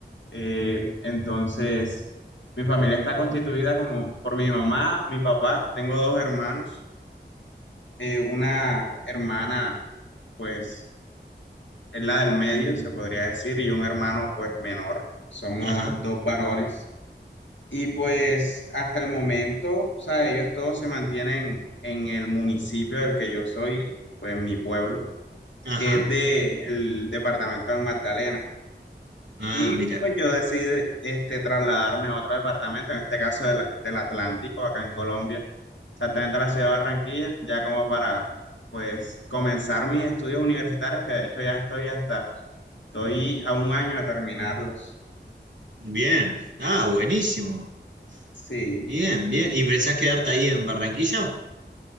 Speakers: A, on the left; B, on the right.
A: Eh, entonces, mi familia está constituida como por mi mamá, mi papá, tengo dos hermanos, eh, una hermana, pues, es la del medio, se podría decir, y un hermano, pues, menor. Somos
B: Ajá,
A: dos varones. Y pues, hasta el momento, o sea, ellos todos se mantienen en el municipio del que yo soy, pues, mi pueblo,
B: ajá.
A: que es del departamento del Magdalena.
B: Ah,
A: Y
B: mira.
A: pues yo decidí este, trasladarme a otro departamento, en este caso del, del Atlántico, acá en Colombia, exactamente a la ciudad de Barranquilla, ya como para pues comenzar mis estudios universitarios, que de hecho ya estoy hasta, estoy a un año de terminarlos.
B: Bien, ah, buenísimo.
A: Sí.
B: Bien, bien. ¿Y pensás quedarte ahí en Barranquilla?